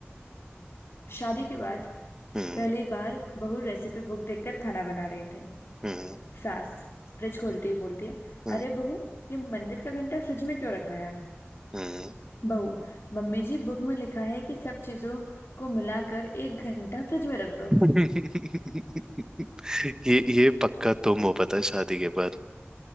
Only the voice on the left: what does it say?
शादी के बाद
पहली बार बहू रेसिपी बुक देखकर खाना बना रहे थे
सास फ्रिज खोलती
हुई बोलती है
अरे बहू ये मंदिर का घंटा फ्रिज में क्यों रखा है
बहू मम्मी जी बुक में लिखा है कि सब चीजों को मिलाकर एक घंटा फ्रिज में रख दो